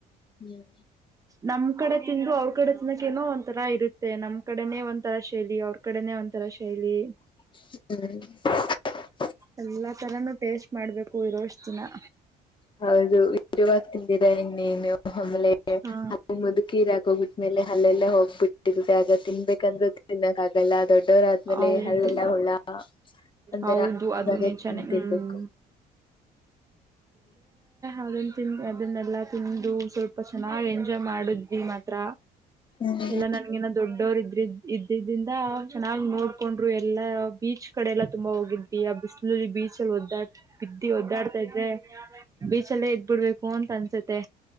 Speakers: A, on the left; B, on the right.
A: ಹ್ಮ್
B: ನಮ್ ಕಡೆ ತಿಂದ್ರು ಅವ್ರ ಕಡೆ ತಿನ್ನೋಕೆ ಏನೋ ಒಂಥರ ಇರುತ್ತೆ ನಮ್ ಕಡೆನೇ ಒಂದು. ತರ ಶೈಲಿ ಅವ್ರ ಕಡೆನೇ ಒಂತರ ಶೈಲಿ.
A: ಹ್ಮ್. <inaudible>
B: ಎಲ್ಲಾ ತರಾನು ಟೇಸ್ಟ್ ಮಾಡ್ಬೇಕು ಇರೋಷ್ಟು ದಿನ.
A: ಹೌದು ವಿವರವಾಗಿ ತಿಂದಿರಾ ಇನ್ನೇನು. ಆಮೇಲೆ
B: ಹಾ
A: ಅ ಮುದ್ಕಿರ ಹಾಕೋಗ್ಬಿಟ್ಟ್ಮೇಲೆ ಹಲ್ಲೆಲಾ ಹೋಗ್ಬಿಟ್ಟು. ಆಗ ತಿನ್ಬೇಕಂದ್ರರು ತಿನ್ನಕ್ ಆಗಲ್ಲ ದೊಡ್ಡವರ ಆದ್ಮೇಲೆ
B: ಹೌದು
A: ಹಲ್ಲೆಲ್ಲ ಹುಳ ಒಂದು
B: ಹೌದು
A: ತರ
B: ಅದು
A: ಇವಾಗೇ
B: ನಿಜಾನೆ
A: ತಿನ್ಂತರ್ಬೇಕು.
B: ಹ್ಮ್ ಅದನ್ ತಿನ್ ಅದನ್ನೆಲ್ಲಾ ತಿಂದು ಸ್ವಲ್ಪ ಚೆನ್ನಾಗ್ ಎಂಜಾಯ್ ಮಾಡುದ್ವಿ ಮಾತ್ರ.
A: ಹ್ಮ್
B: ಎಲ್ಲ ನನಗಿನ್ನಾ. ದಡ್ಡೋರ್ ಇದ್ರ್ ಇದ್ದ್ರಿಂದ ಚೆನ್ನಾಗ್ ನೋಡ್ಕೊಂಡ್ರು ಎಲ್ಲಾ ಬೀಚ್ ಕಡೆ ಎಲ್ಲಾ ತುಂಬಾ ಹೋಗಿದ್ವಿ ಆ ಬಿಸಿಲಲ್ಲಿ ಬೀಚ್ ಅಲ್ಲಿ ಒದ್ದಾಡ್ ಬಿದ್ದಿ ಒದ್ದಾಡ್ತಾ ಇದ್ರೆ ಬೀಚಲ್ಲೇ ಇದದ್ಬಿಡ್ಬೇಕು ಅಂತ ಅನ್ಸುತ್ತೆ.